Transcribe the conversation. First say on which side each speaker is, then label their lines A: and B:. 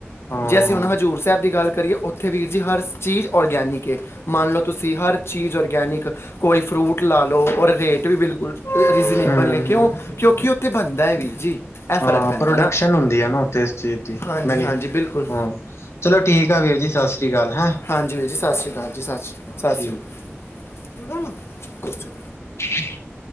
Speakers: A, on the left; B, on the left.
A: ਹਾਂ-ਹਾਂ,
B: ਜੇ ਅਸੀਂ ਹੁਣ ਹਜ਼ੂਰ ਸਾਹਿਬ ਦੀ ਗੱਲ ਕਰੀਏ ਉੱਥੇ ਵੀਰ ਜੀ ਹਰ ਚੀਜ਼ ਔਰਗਨੀ ਏ। ਮੰਨ ਲਓ, ਤੁਸੀਂ ਹਰ ਚੀਜ਼ ਔਰਗੈਨਿਕ ਕੋਈ ਫਰੂਟ ਲਾ ਲਓ, ਔਰ ਰੇਟ ਵੀ ਬਿਲਕੁਲ ਰੀਜ਼ਨੇਬਲ
A: ਹੂੰ-ਹੂੰ।
B: ਨੇ ਕਿਉਂ ਕਿਉਂਕਿ ਉੱਥੇ ਬਣਦਾ ਹੈ, ਵੀਰ ਜੀ। ਇਹ
A: ਹਾਂ
B: ਫਰਕ ਪੈਂਦਾ
A: ਪ੍ਰੋਡਕਸ਼ਨ
B: ਨਾ
A: ਹੁੰਦੀ ਹੈ, ਨਾ ਉੱਥੇ ਇਸ ਚੀਜ਼ ਦੀ
B: ਹਾਂਜੀ
A: ਮੈਨੀ
B: ਹਾਂਜੀ ਬਿਲਕੁਲ
A: ਹਾਂ। ਚਲੋ ਠੀਕ ਹੈ, ਵੀਰ ਜੀ ਸਤਿ ਸ਼੍ਰੀ ਅਕਾਲ ਹੈ।
B: ਹਾਂਜੀ ਵੀਰ ਜੀ ਸਤਿ ਸ਼੍ਰੀ ਅਕਾਲ ਜੀ, ਸਤਿ ਸ਼੍ਰੀ ਸਤਿ
A: ਠੀਕ।
B: ਸ਼੍ਰੀ ਅਕਾਲ।
A: ਹ <unintelligible>